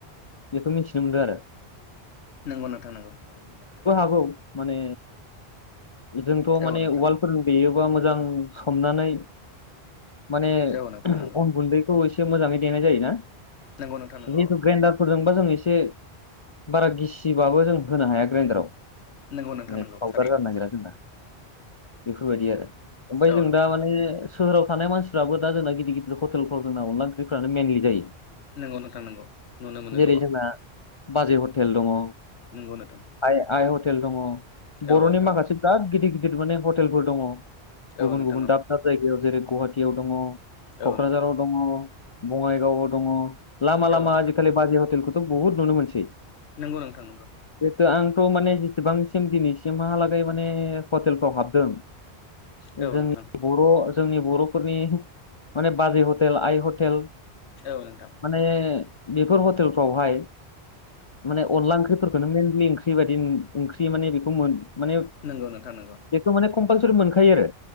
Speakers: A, on the left; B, on the left.
A: बेखौ मिथिनो मोनदों आरो।
B: नोंगौ नोथां नोंगौ।
A: औ माने जोंथ' माने
B: औ नोंथां
A: उवालफोरजों देयो बा मोजां सोमनानै माने
B: औ नोंथां
A: अन
B: नंगौ
A: गुन्दैखौ एसे मोजाङै देनाय जायोना
B: नंगौ नोंथां नंगौ
A: जिहेथु ग्रेन्डारफोरजों बा जों एसे बारा गिसिबाबो जों होनो हाया ग्राइन्डाराव
B: नंगौ नोंथां
A: माने
B: नंगौ
A: फावदार
B: थारैनो
A: जानो नागिरा जोंना बेफोर बायदि आरो ओमफ्राय
B: औ
A: जों
B: नोंथां
A: दा माने सोहोव थानाय मानसिफ्राबो दा जोंना गिदिर गिदिर हटेलफ्राव जों अनला ओंख्रिफ्रानो मेनलि जायो।
B: नंगौ नोंथां नंगौ नुनो मोनो
A: जेरै
B: गोबां।
A: जोंना बाजै हटेल दङ।
B: नोंगौ नोंथां।
A: आइ आइ हटेल दङ बर'नि
B: औ नोंथां
A: माखासे बिराद गिदिर गिदिर माने हटेलफोर दङ। गुबुन
B: औ नोंथां
A: गुबुन
B: औ
A: दाब दाब जायगायाव जेरै गुवाहाटियाव दङ क'क्राझाराव
B: औ नोंथां
A: दङ। बङाइगाव दङ लामा लामा
B: औ नोंथां
A: आजि खालि बाजै हटेलखौथ' बुहुत नुनो मोनसै। जिथु
B: नंगौ नोंथां नंगौ
A: आंथ' माने जेसेबां दिनैसिमहालागै माने हटेलफ्राव हाबदों
B: औ
A: जों
B: नोंथां
A: बर' जोंनि बर'फोरनि माने बाजै हटेल आइ हटेल
B: औ नोंथां
A: माने बेफोर हटेलफ्रावहाय माने अनला ओंख्रिफोर खौनो मेनलि ओंख्रि बायदि ओंख्रि माने बेखौ मोन माने
B: नंगौ नोंथां नंगौ
A: बेखौ माने कमपलसारि मोनखायो आरो।